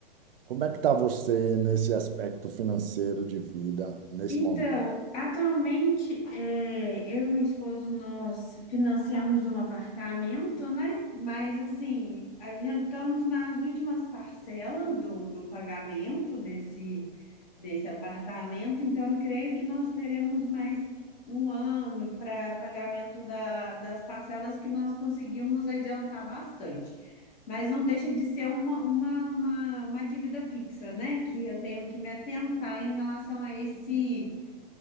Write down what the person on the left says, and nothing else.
Então,
atualmente, é, eu e meu esposo, nós financiamos um apartamento, né? Mas, assim, adiantamos nas últimas parcelas do, do pagamento desse, desse apartamento. Então, eu creio que nós teremos mais um ano para pagamento da- das parcelas que nós conseguimos adiantar bastante. Mas não deixa de ser uma, uma, uma, uma dívida fixa, né? Que eu tenho que me atentar em relação a esse,